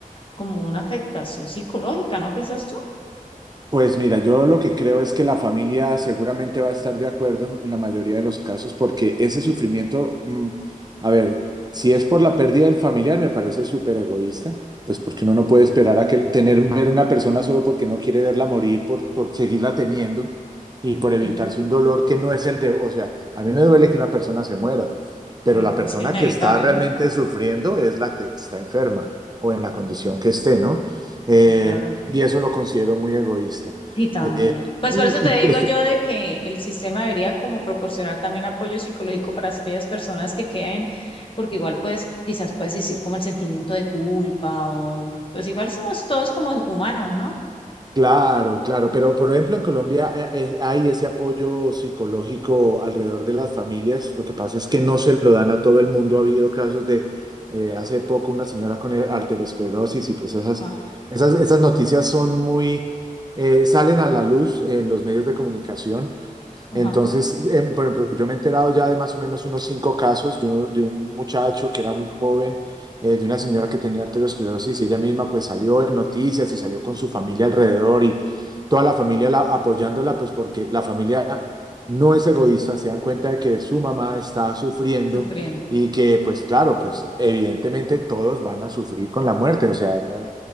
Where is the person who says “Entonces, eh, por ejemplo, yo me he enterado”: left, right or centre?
Right